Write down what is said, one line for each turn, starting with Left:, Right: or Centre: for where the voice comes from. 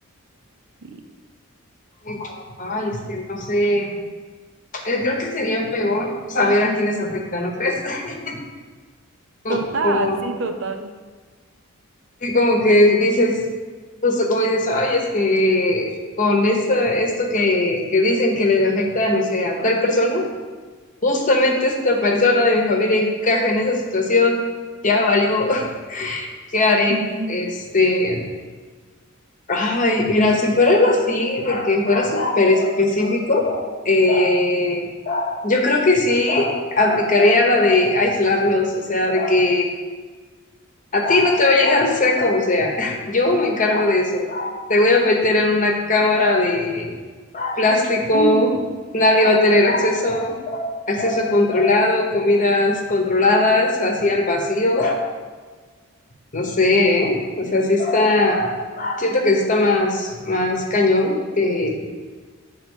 Right: Sí,
Left: Eh, Ay, es que no sé, Eh, creo que sería peor saber a quiénes afecta, ¿no crees? <laughs> Como,
Right: total,
Left: como,
Right: sí, total.
Left: sí, como que dices, justo como dices, ay, es que con esto, esto que, que dicen que les afecta, no sé, a tal persona, justamente esta persona de mi familia encaja en esa situación, ya valió, <laughs> ¿qué haré?
Right: Ujú.
Left: Este, ay, mira, si fuera algo así, de que fuera súper específico, eh, Yo creo que sí aplicaría la de aislarlos, o sea, de que a ti no te va a llegar sea como sea. <laughs> Yo me encargo de eso. Te voy a meter en una cámara de plástico,
Right: <laughs> Ujú.
Left: nadie va a tener acceso, acceso controlado, comidas controladas, así al vacío. No sé, ¿eh? O sea, sí está, siento que está más, más cañón que